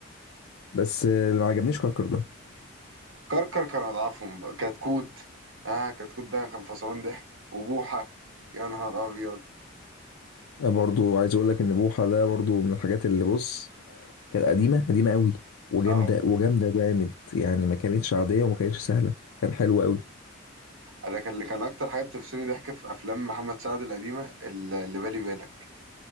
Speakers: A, on the left; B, on the right.
A: بس آه، اللي ما عجبنيش كركر ده
B: كركر كان اضعفهم بقى. كتكوت اه كتكوت ده كان فصلان ضحك وبوحة يا نهار ابيض
A: آه، برضو عايز اقول لك ان بوحه ده برضو من الحاجات اللي بص كانت قديمه قديمه قوي وجامده
B: اه
A: وجامده جامد يعني ما كانتش عاديه وما كانتش سهله كان حلو قوي
B: انا كان اللي كان اكتر حاجة بتفصلني ضحك في افلام محمد سعد القديمة اللي بالي بالك